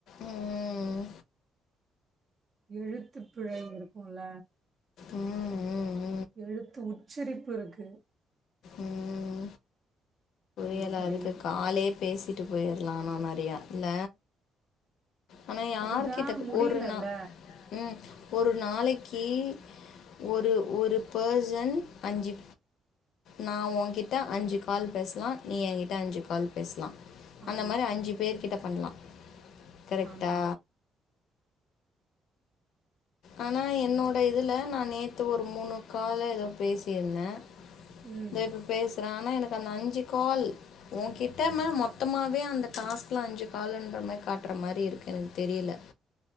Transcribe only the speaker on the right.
எழுத்துப்பிழை இருக்கு ல
எழுத்து உச்சரிப்புருக்கு
ரொம்ப
கடினம்
அதுதா முடியலல்ல
ஆமா
ஆமா
ம்